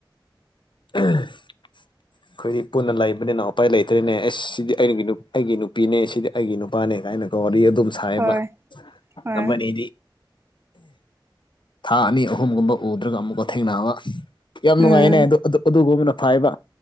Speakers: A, on the left (about 65°); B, on the right (about 30°).
A: ꯑꯩꯈꯣꯏꯗꯤ ꯄꯨꯟꯅ ꯂꯩꯕ ꯎ ꯎꯄꯥꯥꯏ ꯂꯩꯇ꯭ꯔꯦꯅꯦ ꯑꯦꯁ ꯁꯤꯗꯤ ꯑꯩꯒꯤ ꯑꯩꯒꯤ ꯅꯨꯄꯤꯅꯦ ꯁꯤꯗꯤ ꯑꯩꯒꯤ ꯅꯨꯄꯥꯅꯦ ꯀꯥꯏꯅ ꯀꯧꯔꯤ ꯑꯗꯨꯨꯝ ꯁꯥꯏꯕ
B: ꯍꯣꯏ ꯍꯣꯏ
A: ꯑꯃꯗꯤ ꯊꯥ ꯑꯅꯤ ꯑꯍꯨꯝꯒꯨꯝꯕ ꯎꯗ꯭ꯔꯒ ꯑꯃꯨꯛꯀ ꯊꯦꯡꯅꯕ ꯌꯥꯝ
B: ꯎꯝ
A: ꯅꯨꯡꯉꯥꯏꯅꯦ ꯑꯗꯨ ꯑꯗꯨꯨꯝꯕꯅ ꯐꯥꯏꯕ